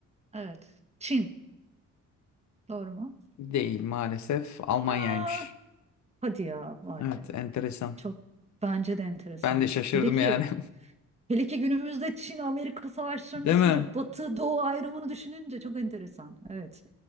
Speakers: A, on the right; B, on the left.
A: Evet. Çin. Doğru mu?
B: değil maalesef Almanya'ymış.
A: Aa, hadi ya. Vay
B: Evet
A: be.
B: enteresan.
A: Çok bence de enteresan.
B: Ben de şaşırdım
A: Hele ki
B: yani.
A: hele ki günümüzde Çin Amerika savaşlarını
B: <laughs> Değil
A: düşünce
B: mi?
A: Batı Doğu ayrımını düşününce çok enteresan. Evet.